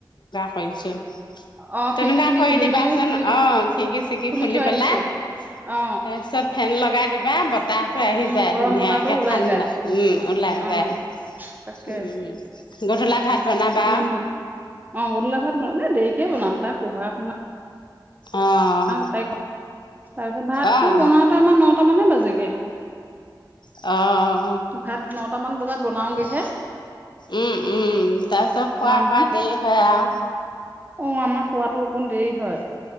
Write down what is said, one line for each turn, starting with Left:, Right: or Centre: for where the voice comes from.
Left: <unintelligible>
Right: অ
Left: তেনেকুৱা
Right: খিৰিকী খিনি
Left: কৰি
Right: খুলি
Left: দিবাচোন
Right: ময়ও খুলি দি
Left: অহ, খিৰিকি চিৰকি খুলি
Right: থৈ
Left: পেলাই
Right: আহিছো
Left: তাৰপিছত
Right: অ
Left: ফেন লগাই দিবা তাহো আহি
Right: উম
Left: যায়
Right: গৰম
Left: ধুনীয়াকে
Right: বতাহটো ওলাই
Left: ঠাণ্ডা
Right: যায়
Left: উম ওলাই
Right: অ
Left: যায়
Right: তাকে
Left: উম গধূলা ভাত বনাবা
Right: উম অ গধলা ভাত, এ দেৰিকে বনাম, তাত পঢ়া শুনা
Left: অঁ
Right: অ তাই ক তাৰপিছত ভাতটো
Left: অঁ
Right: বনাওতে আমাৰ নটা মানে বাজেগে
Left: অহ
Right: ভাত নটামান বজাত বনাওঁগেহে
Left: উম উম, তাৰ পিছত খোৱা
Right: নহয়
Left: কোৱা দেৰি হয় আৰু
Right: অ আমাৰ খোৱাতো অকণ দেৰি হয়